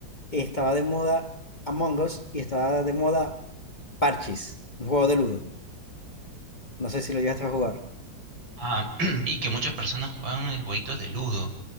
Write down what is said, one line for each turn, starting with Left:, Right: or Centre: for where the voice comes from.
Left: estaba de moda Among Us y estaba de moda Parchis, un juego de Ludo. No sé si lo llegaste a jugar.
Right: Ah, <clears throat> vi que muchas personas juegan eh, jueguitos de Ludo,